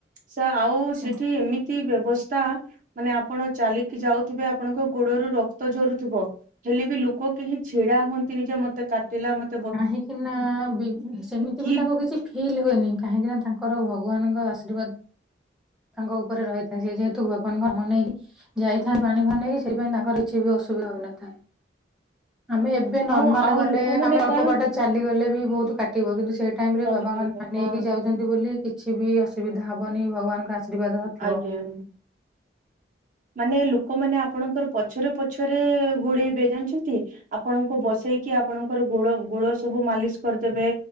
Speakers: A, on the right; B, in the centre.
A: ସେ ଆଉ
B: ଆଚ୍ଛା।
A: ସେଠି ଏମିତି ବ୍ୟବସ୍ ସ୍ତା ମାନେ ଆପଣ ଚାଲିକି ଯାଉଥିବେ ଆପଣଙ୍କ ଗୋଡରୁ ରକ୍ତ ଝରୁଥୁବ। ହେଲେ ବି ଲୋକ କେହି ଛିଡା ହୁଅନ୍ତିନି ଯେ ମତେ କାଟିଲା ମତ
B: କାହିଁକି ନା ସେମିତି ବି ସେମିତି
A: କି
B: ବି ତାଙ୍କୁ କିଛି ଫିଲ୍ ହୁଏନି। କାହିଁକିନା ତାଙ୍କର ଭଗବାନଙ୍କ ଆଶୀର୍ବାଦ ତାଙ୍କ ଉପରେ ରହିଥାନ୍ତି ଯେ ଯେହେତୁ ଭଗବାନଙ୍କୁ ମନେଇକି ଯାଇଥାଏ ପାଣି ଭାର ନେଇକି ସେଇପାଇଁ ତାଙ୍କର କିଛି ବି ଅସୁବିଧା ହୋଇନଥାଏ। ଆମେ ଏବେ ନର୍ମାଲ
A: ହଁ ଆଉ
B: ଗଲେ
A: ଲୋକମାନେ
B: ଆମେ ଅଳ୍ପ
A: କଣ
B: ବାଟ ଚାଲିଗଲେ ବି ବହୁତ କାଟିବ। କିନ୍ତୁ ସେଇ ଟାଇମ ରେ
A: ଚାଲିପାରିବେ
B: ବାବାଙ୍କ
A: ନା
B: ନେଇକି ଯାଉଥ ଦାଦି ବୋଲି କିଛି ବି ଅସୁବିଧା ହବନି ଭଗବାନଙ୍କ ଆଶୀର୍ବାଦ ଥିବ।
A: ଆଜ୍ଞା। ମାନେ ଲୋକମାନେ ଆପଣଙ୍କର ପଛରେ ପଛରେ ଗୋଡେଇବେ ଜାଣିଛନ୍ତି? ଆପଣଙ୍କୁ ବସେଇକି ଆପଣଙ୍କର ଗୋଡ ଗୋଡ ସବୁ ମାଲିସ କରଦେବେ।